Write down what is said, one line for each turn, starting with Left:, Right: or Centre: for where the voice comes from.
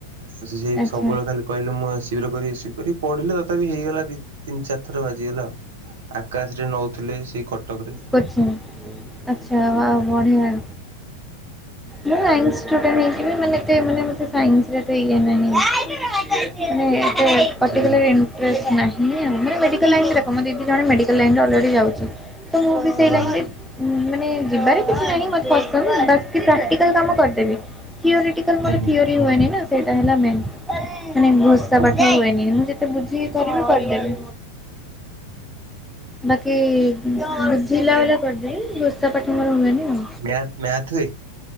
Right: ସେଇ
Centre: ଆଚ୍ଛା
Right: ସବୁବେଳେ ଖାଲି କହିଲେ ମୁଁ ଏସିବି ରେ କରିଵି ଏସିବି କରିବି ପଢିଲେ ତଥାପି ହେଇଗଲା ଦି ତିନି ଚାରି ଥର ବାଜିଗଲା ଆଉ। ଆକାଶ ରେ ନଉଥିଲେ ସେଇ କଟକ ରେ।
Centre: କୋଚିଂ ଙ୍ଗି ଆଚ୍ଛା ବା ବଢ଼ିଆ। ମୁଁ ସାଇନ୍ସି ଷ୍ଟୁଡେଣ୍ଟେ ହେଇକି ବି ମାନେ ଏତେ ମାନେ ମୋତେ ସାଇନ୍ସିରେ ଏତେ ଇଏ ନାହିଁ। ମାନେ ଏତେ ପର୍ଟିକୁଲାର
Right: ହୁଁ
Centre: ଇନ୍ ଷ୍ଟ୍ରେସେ ନାହିଁ ଆଉ, ମାନେ ମେଡିକାଲ ଲାଇନ ରେ ଦେଖ ମୋ ଦି ଦି ଜଣ ମେଡିକାଲ ଲାଇନ ରେ ଅଲରେଡି ଯାଉଛି। ତ ମୁଁ ବି
Right: ହୁଁ
Centre: ସେଇ ଲାଇନ୍ ରେ ମାନେ ଯିବାରେ କିଛି ନାହିଁ ମୋତେ ପ ତମେ ପ୍ରାଟି ପ୍ରାଟିକାଲ କାମ କରିଦେବି ଥିଓରେଟିକାଲ
Right: ହୁଁ
Centre: ମୋର‌
Right: ହୁଁ
Centre: ଥିଓରି ହୁଏନି ନା ସେଇଟା ହେଲା ମେନ୍ ଘୋଷା
Right: ହୁଁ
Centre: ପାଠ ହୁଏନି ମୁଁ ଯେ ବୁଝିକି କରିବି କରିଦେଵି ବାକି ଵୁଝିଲା ବାଲା କରିଦେବି ଘୋଷା ପାଠ ମୋର ହୁଏନି। ଆଉ।
Right: ମ୍ୟାଥ ମ୍ୟାଥ ହୁଏ?